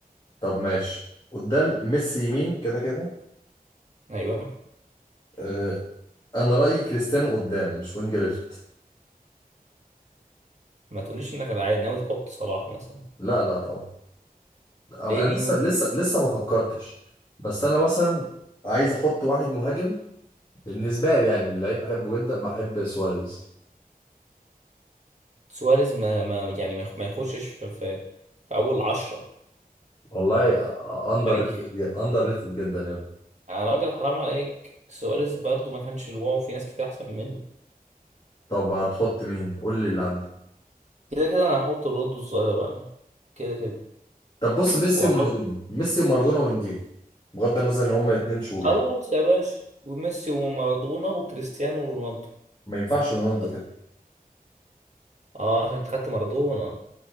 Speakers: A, on the left; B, on the right.
A: طب ماشي قدام ميسي يمين كده كده
B: أيوه
A: آه، انا رايي كريستيانو قدام مش وينج ليفت
B: ما تقوليش إنك عايز- ناوي تحط صلاح مثلا
A: لا لا طبعا انا
B: ليه مين
A: لسه
B: وينج
A: لسه
B: ليه
A: لسه ما فكرتش بس انا مثلا عايز احط واحد مهاجم بالنسبه لي يعني لعيب بحبه جدا بحب سواريز
B: سواريز ما, ما يعني ما يخ- ما يخشش في, في, في أول عشرة
A: والله اندر
B: تاريخ
A: ريتد اندر ريتد جدا يا ابني
B: يا راجل حرام عليك سواريز برضو ما كانش الواو في ناس كتير أحسن منه
A: طب هتحط مين قول لي اللي عندك
B: كده كده أنا هحط رونالدو الظاهرة يعني كده كده
A: طب بص ميسي
B: واحط
A: ومارادونا ميسي ومارادونا وانجيل بغض النظر ان هما الاتنين شغل
B: خلاص
A: يعني
B: يا باشا وميسي ومارادونا وكريستيانو ورونالدو
A: ما ينفعش رونالدو
B: بس.
A: كده
B: اه عشان انت خدت مارادونا